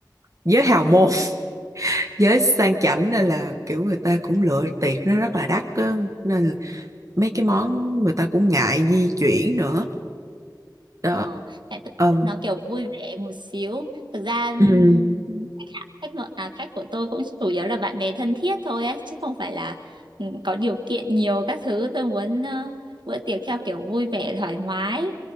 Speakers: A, on the right (about 45°); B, on the right (about 85°).
A: giới hào môn <laughs> giới sang chảnh nên là kiểu người ta cũng lựa tiệc nó rất là đắt á. nên mấy cái món người ta cũng ngại di chuyển nữa đó
B: ờ, tại tôi
A: Ờ
B: nó kiểu vui vẻ một xíu. Thực ra ừm,
A: ừ
B: khách ngợ à khách của tôi cũng chủ yếu là bạn bè thân thiết thôi ấy chứ không phải là ừ, có điều kiện nhiều các thứ tôi muốn ờ, bữa tiệc theo kiểu vui vẻ thoải mái